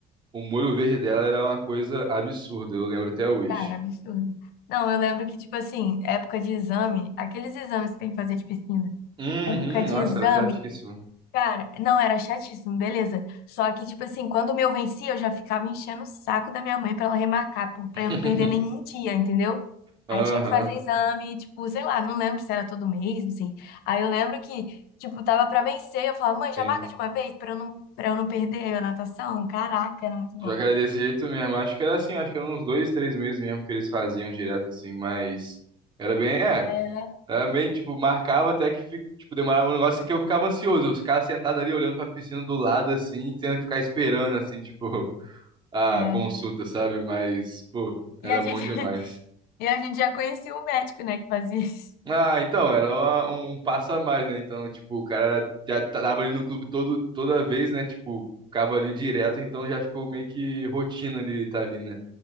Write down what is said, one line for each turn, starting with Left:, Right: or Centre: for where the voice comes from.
Right: O molho verde dela era uma coisa absurda, eu lembro até hoje.
Left: Cara, absurdo. Não, eu lembro que, tipo assim, época de exame, aqueles exames que tem que fazer de piscina,
Right: Uhum,
Left: época de
Right: nossa,
Left: exame,
Right: era chatíssimo.
Left: cara, não, era chatíssimo, beleza. Só que, tipo assim, quando o meu vencia, eu já ficava enchendo o saco da minha mãe pra ela remarcar, por, pra
Right: <laughs>
Left: eu não perder nenhum dia, entendeu?
Right: Aham,
Left: Aí tinha que fazer exame, tipo, sei lá, não lembro se era todo mês, não sei. Aí eu lembro que, tipo, tava pra vencer, eu falava, mãe,
Right: sim.
Left: já marca de uma vez pra eu não, pra eu não perder a natação. Caraca, era muito bom.
Right: Só que era desse jeito mesmo. Acho que era assim, acho que eram uns dois, três meses mesmo que eles faziam direto assim, mas era bem, é,
Left: É.
Right: era meio, tipo, marcava até que, fi- tipo, demorava um negócio que eu ficava ansioso. Eu ficava sentado ali olhando pra piscina do lado, assim, tendo que ficar esperando, assim, tipo, <laughs> a
Left: É.
Right: consulta, sabe? Mas, pô, era
Left: E a
Right: bom
Left: gente.
Right: demais.
Left: E a gente já conhecia o médico, né, que fazia isso. <laughs>
Right: Ah, então, era uma- um um passo a mais, né? Então, tipo, o cara era- já tava ali no clube todo, toda vez, né? Tipo, ficava ali direto, então já ficou meio que rotina ele tá ali, né?